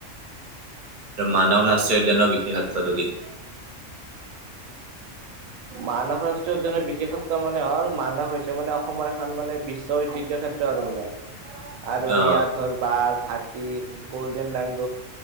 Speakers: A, on the right (about 45°); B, on the right (about 85°).
A: আৰু মানৱ ৰাষ্ট্ৰীয় উদ্যানৰ বিশেষত্বটো কি
B: বজ মানস ৰাষ্ট্ৰীয় উদ্যানৰ বিশেষত্ব মানে হ'ল মানস হৈছে মানে অসমৰ এখন মানে বিশ্ব ঐতিহ্য ক্ষেত্ৰ আৰু মানে আৰু
A: অ
B: ইয়াত ধৰ বাঘ হাতীৰ তাৰপত গ'ল্ডেন লাংগ